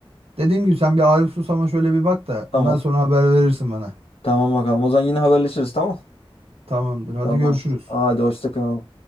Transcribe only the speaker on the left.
Tamam.
Tamam bakalım. O zaman yine haberleşiriz tamam?
Tamam.
Hadi hoşça kal.